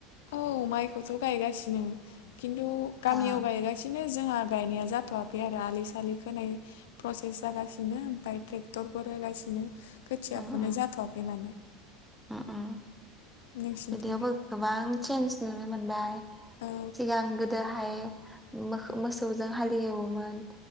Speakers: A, on the left; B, in the centre.
A: औ माइखौथ गायगासिनो खिन्थु गामियाव
B: आ
A: गायगासिनो जोंहा गायनाया जाथवाखै आरो आलि सालि खोनाय प्रसेस जागासिनो ओमफ्राय ट्रेक्टर होगासिनो खोथियाखौनो
B: उम उम
A: जाथवाखै माने
B: उम उम
A: नोंसिनिथिंलाय
B: बिदियावबो गोबां चेन्ज नुनो मोनबाय
A: औ
B: सिगां गोदोहाय मोखौ मोसौजों हालेववोमोन